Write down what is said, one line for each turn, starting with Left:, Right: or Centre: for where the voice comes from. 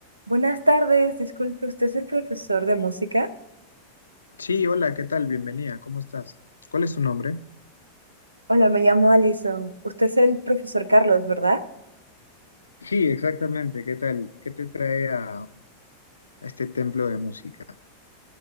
Right: Buenas tardes, disculpe, ¿usted es el profesor de música?
Left: Sí, hola, ¿qué tal? Bienvenida, ¿cómo estás? ¿Cuál es tu nombre?
Right: Hola, me llamo Alison. Usted es el profesor Carlos, ¿verdad?
Left: Sí, exactamente, ¿qué tal? ¿Qué te trae a, a este templo de música?